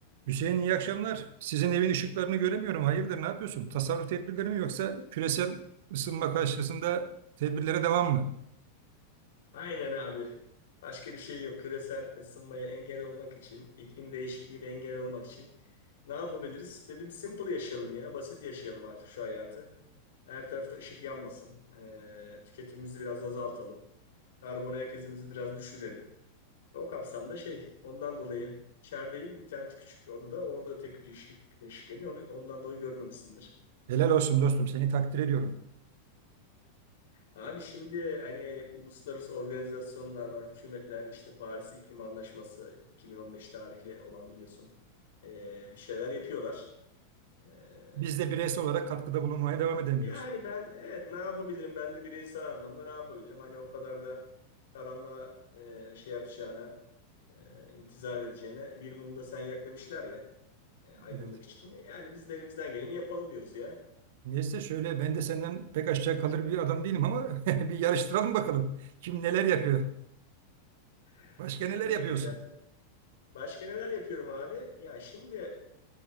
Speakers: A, on the right; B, on the left.
A: Hüseyin iyi akşamlar. Sizin evin ışıklarını göremiyorum. Hayırdır, ne yapıyorsun? Tasarruf tedbirleri mi yoksa küresel ısınma karşısında tedbirlere devam mı?
B: Aynen abi. Başka bir şey yok. Küresel ısınmaya engel olmak için, iklim değişikliğine engel olmak için ne yapabiliriz? Dedim simple yaşayalım ya. Basit yaşayalım artık şu hayatı. Her tarafta ışık yanmasın. Ee, tüketimimizi biraz azaltalım. Karbon ayak izimizi biraz düşürelim. O kapsamda şey, ondan dolayı içerideyim. Bir tane küçük odada orada tek bir ışık, ışık yanıyor. Onu, ondan dolayı görmemişsindir.
A: Helal olsun dostum, seni takdir ediyorum.
B: Abi şimdi hani uluslararası organizasyonlar var, hükümetler işte Paris İklim Anlaşması 2015 tarihli olan biliyorsun Ee, bir şeyler yapıyorlar. Ee,
A: Biz de bireysel olarak katkıda bulunmaya devam edelim
B: yani
A: diyorsun.
B: ben evet ne yapabilirim ben de bireysel anlamda ne yapabilirim hani o kadar da karanlığa e, şey yapacağına e, intizar edeceğine bir mumda sen yak demişler ya e, aydınlık
A: Evet.
B: için. E, Yani biz de elimizden geleni yapalım diyoruz ya.
A: Neyse şöyle ben de senden pek aşağı kalır bir adam değilim ama <laughs> bir yarıştıralım bakalım. Kim neler yapıyor?
B: <laughs>
A: Başka
B: Sen
A: neler
B: beni
A: yapıyorsun?
B: geçersin. Başka neler yapıyorum abi? Ya şimdi